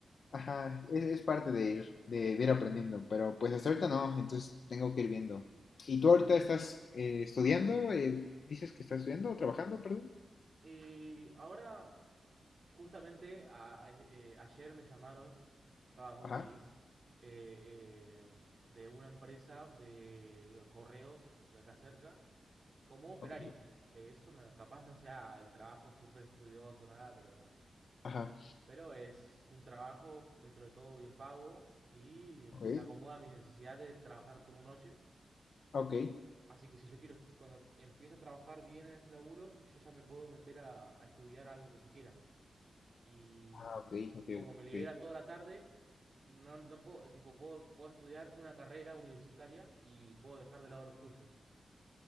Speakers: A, on the left; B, on the right.
A: Ajá, es, es parte de ir, de, de ir aprendiendo, pero pues hasta ahorita no, entonces tengo que ir viendo. ¿Y tú ahorita estás eh, estudiando? Eh, ¿dices que estás estudiando o trabajando, perdón?
B: y ahora Justamente a- a- eh, ayer me llamaron, estaba muy
A: Ajá,
B: feliz, eh, eh, de una empresa de correos de acá cerca, como operario.
A: ok,
B: Eh, es una, capaz no sea el trabajo súper estudioso, nada, pero,
A: ajá,
B: pero es un trabajo dentro de todo bien pago y
A: ok,
B: se acomoda a mi necesidad de trabajar turno noche.
A: ok,
B: Así que si yo quiero, est- cuando empiece a trabajar bien en este laburo, yo ya me puedo meter a, a estudiar algo que yo quiera. Y
A: ah, ok, ok,
B: como me libera
A: ok,
B: toda la tarde, no, no puedo, eh, tipo, puedo, puedo estudiar una carrera universitaria y puedo dejar de lado los cursos.